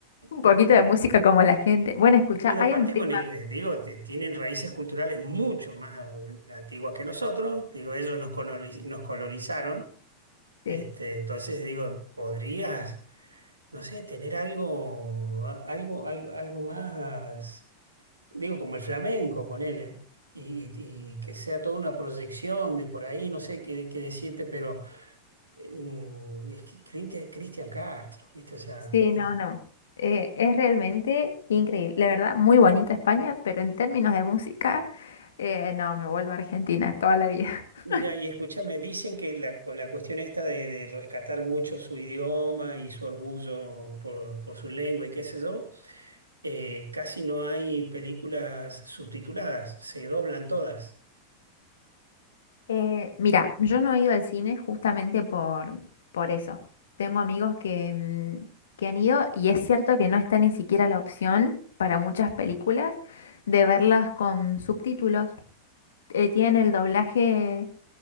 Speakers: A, on the left (about 65°); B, on the right (about 80°).
A: Un poquito
B: no, que-
A: de música como la gente. Bueno, escucha,
B: Pero
A: hay
B: aparte
A: un tema.
B: con el, eh, digo, te- tienen raíces culturales mucho más eh, antiguas que nosotros. Digo, ellos nos colori- nos colonizaron. Este,
A: Sí,
B: entonces digo, podrías, no sé, tener algo, algo, algo, algo más. digo, como el flamenco, ponele, y, y- y que sea toda una proyección de por ahí, no sé qué, qué decirte, pero eh, mm, es que Cristi- Cristian Castro, ¿viste? O sea,
A: sí, no,
B: de-
A: no. Eh, es realmente increíble. La verdad, muy bonita España, pero en términos de música, eh, no, me vuelvo a Argentina toda la vida. <laughs>
B: mira, y escúchame, dicen que la- con la cuestión esta de, de rescatar mucho su idioma y su orgullo por, por su lengua y qué sé yo, eh, casi no hay películas subtituladas, se doblan todas,
A: Eh, mira, yo no he ido al cine justamente por, por eso. Tengo amigos que, mm, que han ido y es cierto que no está ni siquiera la opción para muchas películas de verlas con subtítulos. Eh, tienen el doblaje